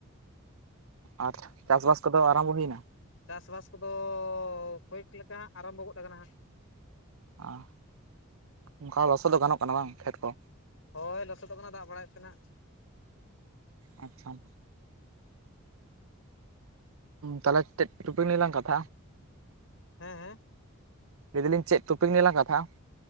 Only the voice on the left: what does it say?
ᱪᱟᱥᱵᱟᱥ ᱠᱚᱫᱚ, ᱠᱚᱭ ᱮᱠ ᱞᱮᱠᱟ, ᱟᱨᱟᱢᱵᱷᱚ ᱜᱚᱫ, ᱟᱟᱠᱟᱱᱟ ᱾
ᱦᱳᱭ! ᱞᱚᱥᱚᱫᱚᱜ ᱠᱟᱱᱟ, ᱫᱟᱜ ᱵᱟᱲᱟᱭᱮᱫ ᱛᱮ, ᱱᱷᱟᱜ ᱾
ᱦᱮᱸᱻ ᱦᱮᱸᱻ ᱾